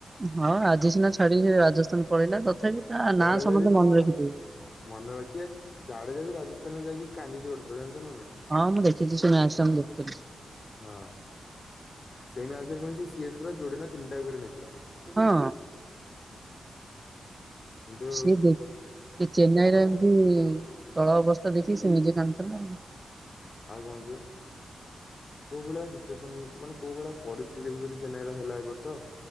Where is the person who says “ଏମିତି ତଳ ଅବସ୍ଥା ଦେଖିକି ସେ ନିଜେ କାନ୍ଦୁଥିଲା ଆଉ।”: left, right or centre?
Right